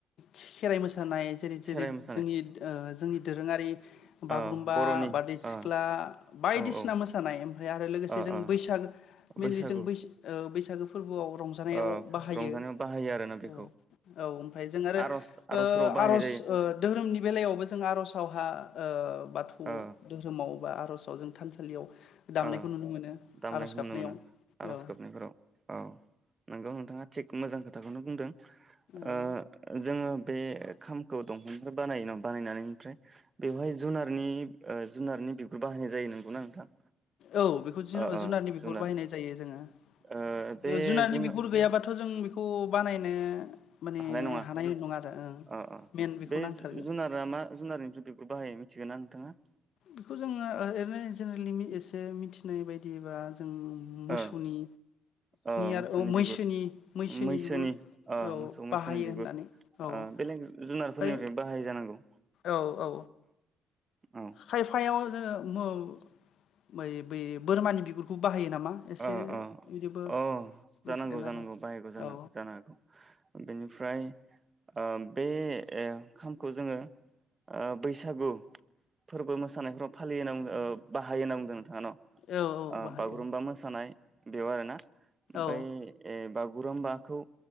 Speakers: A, on the left; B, on the right.
A: खेराइ मोसा सानाय जेरै
B: खेराइ
A: जेरै
B: मोसानाय
A: जोंनि ओ जोंनि दोरोङारि बागुरुम्बा
B: ओ बर'नि
A: बारदै सिख्ला
B: ओ
A: बायदिसिना
B: औ औ
A: मोसानाय ओमफ्राय आरो लोगोसे
B: ओ
A: जों
B: ओ
A: बैसागो
B: बैसागु
A: मेनलि जों बैस बैसा बैसागो फोरबोआव रंजानायाव
B: ओ
A: बाहायो
B: रंजानायाव बाहायो आरोना
A: औ
B: बेखौ
A: औ ओमफ्राय जों आरो
B: आर'ज आर'जफोराव
A: ओ
B: बाहायनाय
A: आर'ज
B: जायो
A: ओ दोहोरोमनि बेलायावबो जों आर'जावहा ओ बाथौ
B: ओ
A: धोहोरोमाव बा आर'जाव जों थानसालियाव दामनायखौ
B: ओ
A: नुनो मोनो
B: दामनायखौ
A: आर'ज
B: नुनो
A: गाबनायाव
B: मोनो आर'ज
A: औ
B: गाबनायफोराव औ नोंगौ नोंथाङा थिग मोजां खोथाखौनो बुंदों
A: औ
B: ओ जोङो बे खामखौ दंफांनिफ्राय बानायो न बानायनानै ओमफ्राय बेवहाय जुनारनि ओ जुनारनि बिगुर बाहायनाय जायो नंगौना नोंथां
A: औ बेखौ जु
B: ओ ओ
A: जुनारनि बिगुर
B: जुनार
A: बाहायनाय जायो जोङो
B: ओ बे
A: बेयाव जुनारनि
B: जुन
A: बिगुर गैयाबाथ' जों बे खौ बानायनो माने
B: हानाय नङा औ
A: नङा आरो ओं
B: अ
A: मेन बेखौ
B: बे
A: नांथारगोन
B: जुनारा मा जुनारनिफ्राय बेखौ बाहाय मिथिगोन ना नोंथाङा
A: बेखौ जोङो ओरैनो जेनेरेलि एसे मिथिनाय बायदिबा जों मोसौनि
B: ओ अ मोसौनि
A: आरो औ मैसोनि
B: बिगुर मैसोनि
A: बिगुर
B: ओ
A: औ
B: मोसौ
A: बाहायो
B: मैसोनि बिगुर
A: होननानै औ
B: ओ बेलेग जुनारफोरनिफ्रायबो
A: ओमफ्राय
B: बाहायो जानांगौ
A: औ औ
B: औ
A: खायफायाव म बै बोरमानि बिगुरखौ बाहायो नामा एसे
B: अ अ
A: बिदिबो
B: अ जानांगौ
A: मिथिदों
B: जानांगौ
A: आरो
B: बाहायग जा
A: औ
B: जानो हागौ बेनिफ्राय ओ बे ए खामखौ जोङो ओ बैसागु फोरबो मोसानायफोराव फालियोहोनना बुंदों ओ बाहायो होनना बुंदों नो थाङान' ओ
A: औ औ बाहायो
B: बागुरुम्बा मोस ओ बेयाव आरोना
A: औ
B: बैय बा बागुरुम्बाखौ